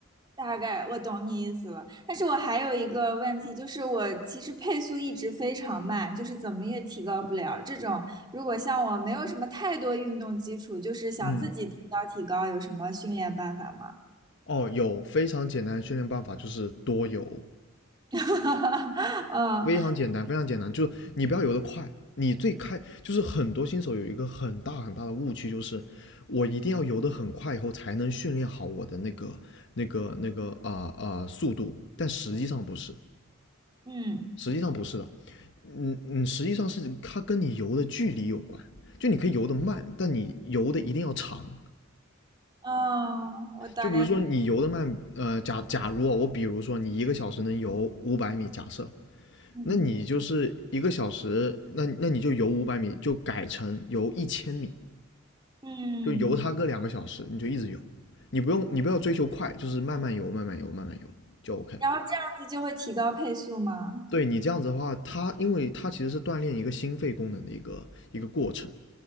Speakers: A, on the right (about 20°); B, on the left (about 60°).
A: 大概我懂你意思了。但是我还有一个问题，就是我其实配速一直非常慢，就是怎么也提高不了。这种如果像我没有什么太多运动基础，就是想自己提高提高，
B: 嗯，
A: 有什么训练办法吗？
B: 哦，有非常简单的训练办法，就是多游。
A: <laughs> 嗯
B: 非常简单，非常简单，就是你不要游得快。你最开就是很多新手有一个很大很大的误区，就是我一定要游得很快，以后才能训练好我的那个那个那个啊啊、呃呃速度。但实际上不是，
A: 嗯
B: 实际上不是的。嗯嗯，实际上是它跟你游的距离有关。就你可以游得慢，但你游的一定要长。
A: 嗯，我大概
B: 就比如说你游得慢，呃，假假如啊，我比如说你一个小时能游五百米，假设，
A: 嗯
B: 那你就是一个小时，那那你就游五百米，就改成游一千米，
A: 嗯，
B: 就游它个两个小时，你就一直游，你不用你不要追求快，就是慢慢游，慢慢游，慢慢游就 OK 了。
A: 然后这样子就会提高配速吗？
B: 对你这样子的话，它因为它其实是锻炼一个心肺功能的一个一个过程，